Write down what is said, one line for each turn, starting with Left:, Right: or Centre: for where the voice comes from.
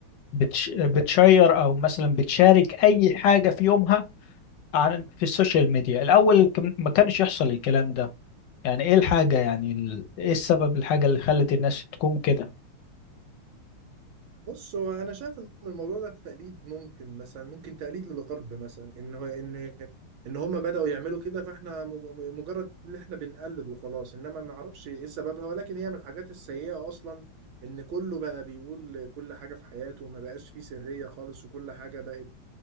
Left: بتش بتشير أو مثلا بتشارك أي حاجة في يومها عن في السوشيال ميديا الأول كم- ما كانش يحصل الكلام ده يعني إيه الحاجة يعني ال- إيه السبب الحاجة اللي خلت الناس تكون كده
Right: بص هو انا شايف ان الموضوع ده تقليد ممكن مثلا ممكن تقليد للغرب مثلا ان هو ان ان هم بداوا يعملوا كده فاحنا مج- مجرد ان احنا بنقلد وخلاص انما ما اعرفش ايه سببها ولكن هي من الحاجات السيئه اصلا ان كله بقى بيقول كل حاجه في حياته وما بقاش فيه سريه خالص وكل حاجه بقت